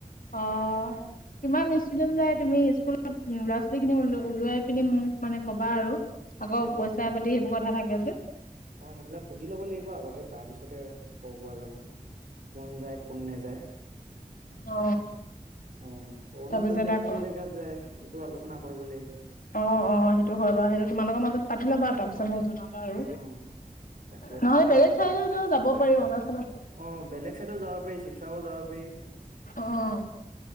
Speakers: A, on the left; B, on the right.
A: অ' কিমান ষ্টুডেন্ট যাই তুমি স্কুলত ল'ৰা ছোৱালীখিনি ওলোৱা ওলোৱাই পিনি মোক মানে ক'বা আৰু। আকৌ
B: অ
A: পইচা
B: অ
A: পাতিৰ সেইবোৰ কথা থাক <unintelligible>
B: অ' সেইবিলাক সুধি ল'ব লাগিব আগতে, তাৰপিছতে ক'ব পৰা যাব, কোন যায় কোন নেযায়।
A: অ।
B: অঁ' অৰুণাচল
A: তাৰপিছত
B: এতিয়া
A: আকৌ
B: কোন জেগাত যায় সেইটো আলোচ আলোচনা কৰিব লাগিব।
A: অ অ সেইটো হয় বাৰু সেইটো তোমালোকৰ মাজত পাতি ল'বা তাৰপিছত মোক জনাবা আৰু
B: উম তাকে
A: নহলে
B: পাতি
A: বেলেগ
B: ল'ব লাগিব
A: চাইডটো যাব পাৰি অৰুণা
B: অ বেলেগ চাইডো যাব পাৰি শিৱসাগৰ যাব পাৰি
A: অহ